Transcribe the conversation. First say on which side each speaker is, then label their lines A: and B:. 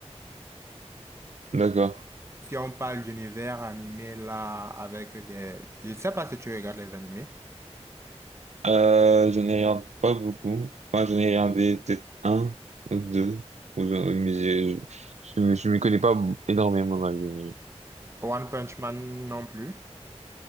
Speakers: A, on the right (about 80°); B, on the right (about 25°).
A: d'accord.
B: Si on parle d'univers animé là avec des... Je ne sais pas si tu regardes les animés.
A: Euh, je n'ai regarde pas beaucoup. Enfin, j'en ai regardé peut-être un ou deux. Ou je- oui, mais je, je, me- je m'y connais pas énormément dans les animés.
B: One Punch Man non plus.